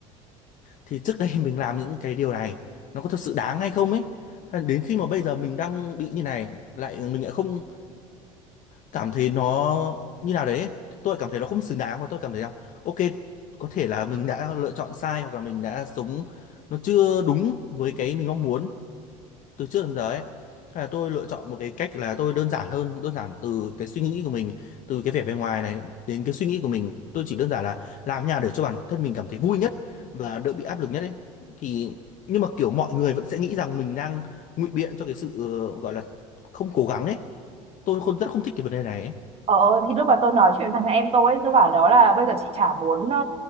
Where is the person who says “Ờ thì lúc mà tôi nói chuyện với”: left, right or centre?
Right